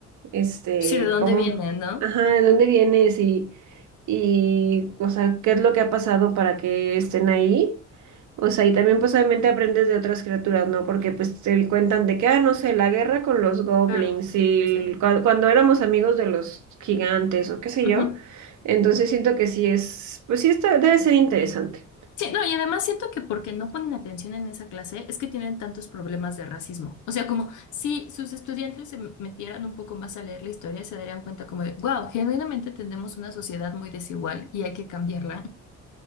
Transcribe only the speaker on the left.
Sí, ¿de dónde
viene, no?
Ujú,
Claro.
Sí.
ujú.
Sí, no, y además siento que porque no ponen atención en esa clase es que tienen tantos problemas de racismo. O sea, como si sus estudiantes se metieran un poco más a leer la historia, se darían cuenta como de, wow, genuinamente tenemos una sociedad muy desigual y hay que cambiarla.